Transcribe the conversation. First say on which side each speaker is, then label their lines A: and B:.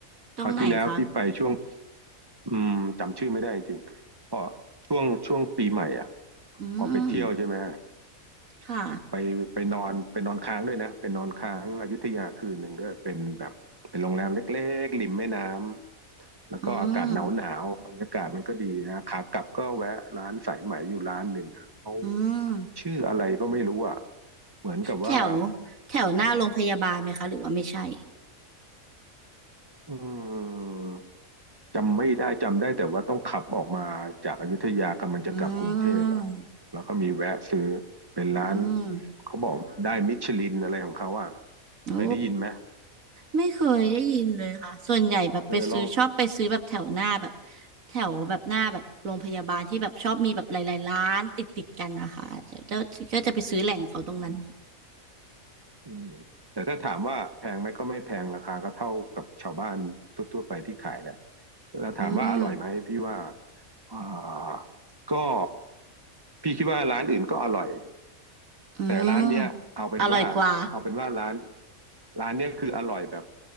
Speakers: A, on the right; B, on the right.
A: ตรงไหนคะ
B: คราวที่แล้วพี่ไปช่วงอืมจำชื่อไม่ได้จริงพอช่วงช่วงปีใหม่อ่ะ
A: อืม
B: พอไปเที่ยวใช่ไหม
A: ค่ะ
B: ไปไปนอนไปนอนค้างด้วยนะไปนอนค้างอยุธยาคืนหนึ่งด้วยเป็นแบบเป็นโรงแรมเล็กๆริมแม่น้ำแล้วก็อากาศหนาวหนาวบรรยากาศมันก็ดีนะขากลับก็แวะร้านสายไหมอยู่ร้านหนึ่งเขา
A: อืมอืม
B: ชื่ออะไรก็ไม่รู้อ่ะเหมือนกับว่า
A: แถวแถวหน้าโรงพยาบาลไหมคะหรือว่าไม่ใช่
B: อืมจำไม่ได้จำได้แต่ว่าต้องขับออกมาจากอยุธยากำลังจะกลับกรุงเทพอ่ะ
A: อืม
B: แล้วก็มีแวะซื้อเป็นร้าน
A: อืม
B: เขาบอกได้มิชลินอะไรของเขาอ่ะ
A: โอ้
B: เคยได้ยินไหม
A: ไม่เคยได้ยินเลยค่ะ ส่วนใหญ่แบบไปซื้อชอบไปซื้อแบบแถวหน้าแบบ
B: เออลอง
A: แถวแบบหน้าแบบโรงพยาบาลที่แบบชอบมีแบบหลายๆร้านติดติดกันนะคะจะจะก็จะไปซื้อแหล่งเขาตรงนั้น
B: อืมแต่ถ้าถามว่าแพงไหมก็ไม่แพงราคาก็เท่ากับชาวบ้านทั่วๆไปที่ขายแหละแล้วถามว่าอร่อยไหมพี่ว่า
A: อืม
B: อ่าก็พี่คิดว่าร้านอื่นก็อร่อย
A: อืม
B: แต่ร้านเนี้ยเอาเป็นว่าเอาเป็นว่าร้าน
A: อร่อยกว่า
B: ร้านเนี้ยคืออร่อยแบบ